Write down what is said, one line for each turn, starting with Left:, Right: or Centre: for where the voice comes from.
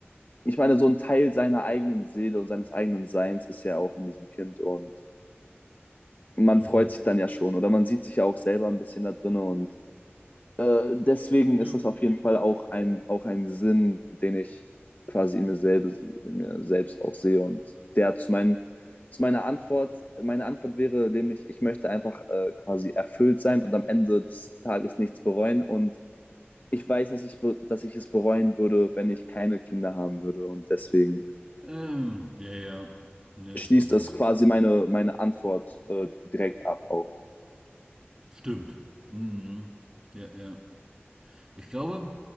Left: ich meine, so ein Teil seiner eigenen Seele und seines eigenen Seins ist ja auch in diesem Kind und man
Right: Mhm.
Left: freut sich dann ja schon oder man sieht sich ja auch selber ein bisschen da drin und Äh, deswegen
Right: Ja.
Left: ist das auf jeden Fall auch ein, auch ein Sinn, den ich quasi in mir, selbst, in mir selbst auch sehe. Und der hat zu meinen, zu meiner Antwort, meine Antwort wäre nämlich, ich möchte einfach äh, quasi erfüllt sein und am Ende des Tages nichts bereuen. Und ich weiß, dass ich, be- dass ich es bereuen würde, wenn ich keine Kinder haben würde. Und deswegen
Right: Ähm, ja, ja. Ne,
Left: schließt
Right: so gesehen.
Left: das quasi meine, meine Antwort äh, direkt ab auch.
Right: Stimmt. Mhm. Ja, ja. Ich glaube,